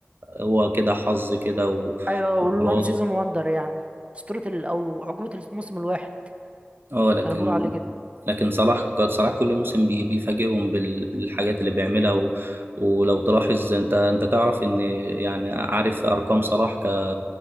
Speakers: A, on the right; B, on the right.
A: هو كده حظ كده و-
B: ايوه والوان
A: وخلاص
B: سيزون وندر يعني اسطوره ال... او عقبه الموسم الواحد
A: اه لكن
B: كانوا بيقولوا عليه كده
A: لكن صلاح صلاح كل موسم بي- بيفاجئهم بال- بالحاجات اللي بيعملها و... ولو تلاحظ انت انت تعرف ان يعني عارف ارقام صلاح ك